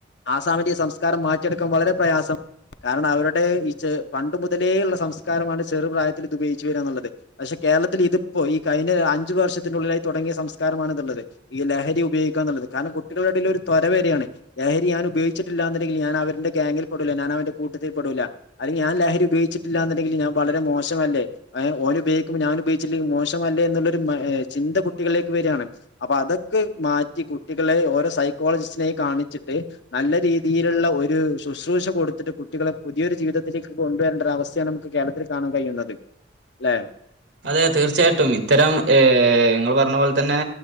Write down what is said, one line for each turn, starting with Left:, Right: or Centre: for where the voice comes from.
Left: സാമിക ഈ സംസ്കാരം മാറ്റിയെടുക്കാൻ വളരെ പ്രയാസം കാരണം അവരുടെ ഈ ച പണ്ട് മുതലേ ഉള്ള സംസ്കാരമാണ് ചെറു പ്രായത്തിൽ ഇതു ഉപയോഗിച്ച് വരാന്നുള്ളത് പക്ഷെ കേരളത്തില് ഇത്പ്പോ ഈ കഴിഞ്ഞ അഞ്ചു വർഷത്തിനുള്ളിലായി തുടങ്ങിയ സംസ്കാരമാണ് ഇത്ള്ളത് ഈ ലഹരി ഉപയോഗിക്കന്ന്ള്ളത് കാരണം കുട്ട <unintelligible> ഒരു ത്വരവരാണ് ലഹരി ഞാൻ ഉപയോ ചിട്ടില്ലാന്ന്ണ്ടങ്കിൽ ഞാൻ അവര്ടെ ഗ്യാങ്ങിൽ പെടൂല ഞാൻ അവന്റെ കൂട്ടത്തിൽ പെടൂല അതിൽ ഞാൻ ലഹരി ഉപയോഗിച്ചിട്ടില്ലാന്നുണ്ടെങ്കില് ഞാൻ വളരെ മോശമല്ലേ ഏ ഓനുപയോഗിക്കുമ്പം ഞാനും ഉപയോഗിചില്ലങ്കി മോശമല്ലേ എന്നുള്ളൊരു മ ചിന്ത കുട്ടികളിലേക്ക് വരാണ് അപ്പൊ അതൊക്കെ മാറ്റി കുട്ടികളെ ഓരോ സൈക്കോളജിസ്റ്റിനെയ് കാണിച്ചിട്ട് നല്ല രീതിയില്ള്ള ഒരു ശുശ്രൂഷ കൊടുത്തിട്ട് കുട്ടികളെ പുതിയൊരു ജീവിതത്തിലേക്ക് കൊണ്ടുവര്ണ്ടര് അവസ്ഥയാണ് കേരളത്തില് കാണാൻ കഴിയുള്ളത് ലെ
Right: അതെ തീർച്ചയായിട്ടും ഇത്തരം ഏ ഇങ്ങള് പർഞ്ഞ പോലെ തന്നെ